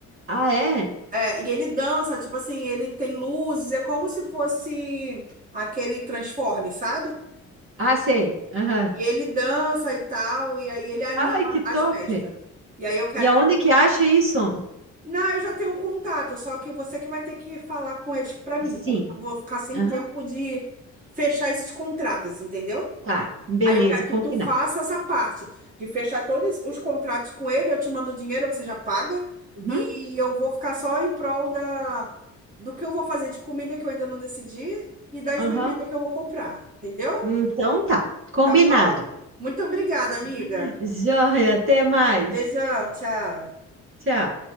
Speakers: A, on the right; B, on the right.
A: ah, é?
B: É, e ele dança, tipo assim, ele tem luzes, é como se fosse aquele Transforme, sabe?
A: Ah, sei. Aham.
B: E ele dança e tal, e aí ele anima
A: Ai, que top.
B: as festas. E aí eu quero
A: E aonde que acha isso?
B: Não, eu já tenho um contato, só que você que vai ter que falar com eles pra mim,
A: Sim.
B: porque eu vou ficar sem
A: Aham.
B: tempo de fechar esses contratos, entendeu?
A: Tá, beleza,
B: Aí eu quero
A: combinado.
B: que tu faça essa parte de fechar todos os contratos com ele, eu te mando o dinheiro, você já paga,
A: Uhum.
B: e eu vou ficar só em prol da, do que eu vou fazer de comida que eu ainda não decidi e das
A: Aham.
B: bebidas que eu vou comprar, entendeu?
A: Então tá, combinado.
B: Tá bom? Muito obrigada, amiga.
A: <laughs> Joia, até mais.
B: Beijão, tchau.
A: Tchau.